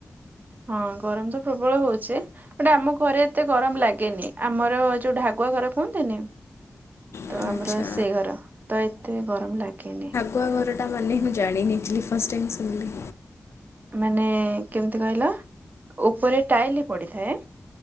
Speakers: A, on the right (about 40°); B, on the left (about 70°).
A: ହଁ ଗରମ ତ ପ୍ରବଳ ହଉଚି <unintelligible> ଆମ ଘରେ ଏତେ ଗରମ ଲାଗେନି ଆମର ଯୋଉ ଢାଗୁଆ ଘର କୁହନ୍ତିନି। ତ
B: ଆଚ୍ଛା
A: ଆମର ସେ ଘର ତ ଏତେ ଗରମ ଲାଗେନି।
B: ଗୁଆ ଘର ଟା ମାନେ ମୁଁ ଜାଣିନିଥିଲି ଫାଷ୍ଟ ଟାଇ ଶୁଣିଲି।
A: ମାନେ କେମିତି କହିଲ ଉପରେ ଟାଇଲ ପଡିଥାଏ।